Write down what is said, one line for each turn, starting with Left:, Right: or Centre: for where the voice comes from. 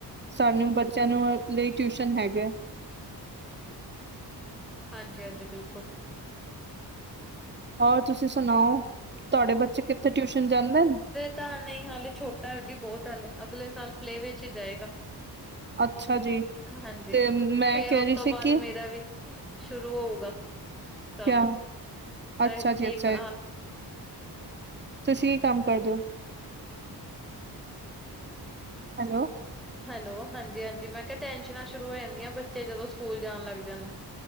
Right: ਸਾਨੇ ਬੱਚਿਆਂ ਨੂੰ ਲਈ ਟਿਊਸ਼ਨ ਹੈਗਾ।
Centre: ਹਾਂਜੀ-ਹਾਂਜੀ ਬਿਲਕੁਲ।
Right: ਹੋਰ ਤੁਸੀ ਸਣਾਓ? ਤੁਆਡੇ ਬੱਚੇ ਕਿੱਥੇ ਟਿਊਸ਼ਨ ਜਾਂਦੇ ਨ?
Centre: ਤਾ ਨਈ ਹਲੇ ਛੋਟਾ ਓ ਜੀ ਬੋਤ ਹਲੇ ਅਗਲੇ ਸਾਲ ਪਲੇਵੇ ਚ ਜਾਏਗਾ।
Right: ਅੱਛਾ ਜੀ
Centre: ਹਾਂਜੀ,
Right: ਤੇ ਮੈਂ
Centre: ਫੇਰ
Right: ਕਹਿ
Centre: ਓ
Right: ਰਹੀ
Centre: ਤੋ
Right: ਸੀ
Centre: ਬਾਦ
Right: ਕਿ
Centre: ਮੇਰਾ ਵੀ ਸ਼ੁਰੂ ਹੋਊਗਾ ਕੰਮ।
Right: ਕਿਆ ਅੱਛਾ
Centre: ਹ
Right: ਜੀ
Centre: ਕਿ
Right: ਅੱਛਾ
Centre: ਮ
Right: ਜੀ, ਤੁਸੀਂ ਕੀ ਕੰਮ ਕਰਦੇ ਓ? ਹੈਲੋ।
Centre: ਹੈਲੋ ਹਾਂਜੀ-ਹਾਂਜੀ ਮੈਂ ਕਿਆ ਟੈਨਸ਼ਨਾਂ ਸ਼ੁਰੂ ਹੋ ਜਾਦਿਆ ਬੱਚੇ ਜਦੋਂ ਸਕੂਲ ਜਾਣ ਲੱਗ ਜਾਣ।